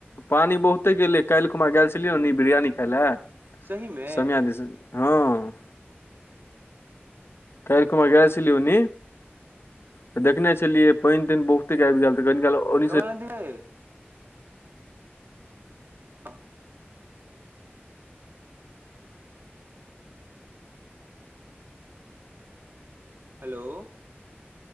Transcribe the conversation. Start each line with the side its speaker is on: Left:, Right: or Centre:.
Left: पानी बहुते गेलै काल्हखुमा गेल छलिय न ओनि बिरयानी खाइ लए
Right: सही में
Left: समिया हँ काल्ह खुमा गैल छेलिइय ओनि तऽ देखने छलियै पइन तइन बहुते आइब गेल तऽ कनि काल ओन्नी से
Right: ै <inaudible> हँ हेलो